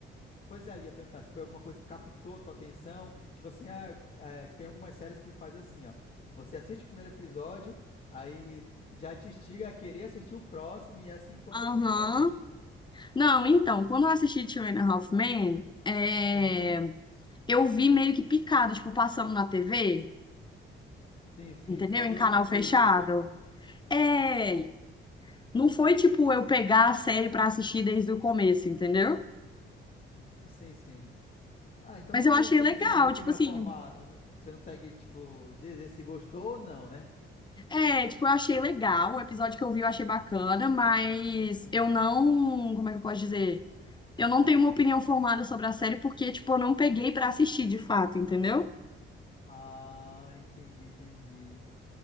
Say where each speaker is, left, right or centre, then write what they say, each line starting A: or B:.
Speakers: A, on the left; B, on the left.
A: Pois é, eu ia perguntar se foi alguma coisa que captou tua atenção. Tipo assim, ah, é, tem algumas séries que faz assim, ó. Você assiste o primeiro episódio, aí já te instiga a querer assistir o próximo e assim consecutivamente.
B: Aham. Não, então, quando eu assisti Two and a Half Men, é,
A: Uhum.
B: eu vi meio que picado, tipo, passando na TV,
A: Sim, sim.
B: entendeu?
A: Só vê
B: Em canal
A: uns taser.
B: fechado.
A: pro-
B: É, não foi tipo eu pegar a série pra assistir desde o começo, entendeu?
A: Sim, sim. Ah, então
B: Mas
A: você
B: eu
A: não,
B: achei
A: você
B: legal,
A: não tem uma opinião
B: tipo assim,
A: formada. Você não consegue, tipo, dizer se gostou ou não, né?
B: é, tipo, eu achei legal, o episódio que eu vi eu achei bacana, mas
A: Sim.
B: eu não, como é que eu posso dizer? Eu não tenho uma opinião formada sobre a série porque, tipo, eu não peguei pra assistir de fato, entendeu?
A: Ah, entendi, entendi.